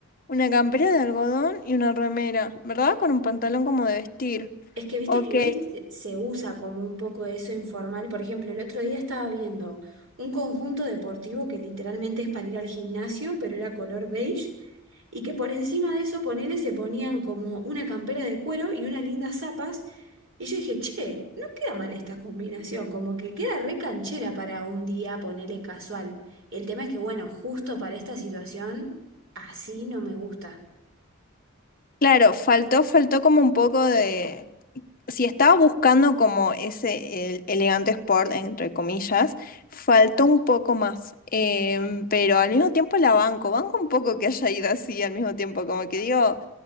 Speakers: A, on the left; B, on the right.
A: una campera de algodón y una remera, ¿verdad? Con un pantalón como de vestir.
B: Es que viste
A: Ok.
B: que hoy se se usa como un poco eso informal. Por ejemplo, el otro día estaba viendo un conjunto deportivo que literalmente es para ir al gimnasio, pero era color beige, y que por encima de eso, ponele, se ponían como una campera de cuero y unas lindas zapas. Y yo dije, che, no queda mal esta combinación, como que queda re canchera para un día, ponele casual. El tema es que, bueno, justo para esta situación, así no me gusta.
A: Claro, faltó, faltó como un poco de si estaba buscando como ese el- elegante sport, entre comillas, faltó un poco más. Em, pero al mismo tiempo la banco. Banco un poco que haya ido así al mismo tiempo. Como que digo,